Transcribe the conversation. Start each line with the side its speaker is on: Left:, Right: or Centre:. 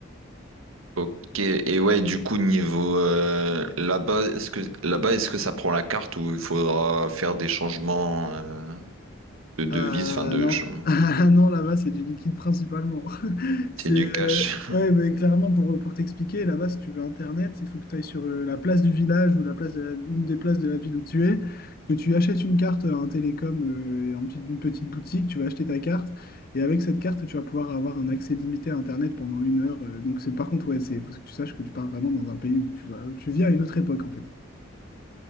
Right: Ok. Et ouais, du coup, niveau euh, là-bas, est-ce que là-bas, est-ce que ça prend la carte ou il faudra faire des changements euh, de devises,
Left: Ah
Right: enfin de
Left: non,
Right: changement?
Left: <laughs> Ah, non là-bas c'est du liquide principalement. <laughs> C'est
Right: C'est du cash.
Left: euh, ouais, mais clairement pour, pour t'expliquer, là-bas si tu veux internet, il faut que tu ailles sur euh, la place du village ou la place de la- une des places de la ville où tu es, que tu achètes une carte à un télécom, euh, en petite- une petite boutique, tu vas acheter ta carte et avec cette carte tu vas pouvoir avoir un accès limité à internet pendant une heure. euh, donc c'est par contre ouais, c'est faut que tu saches que tu pars vraiment dans un pays où tu vas, où tu vis à une autre époque en fait.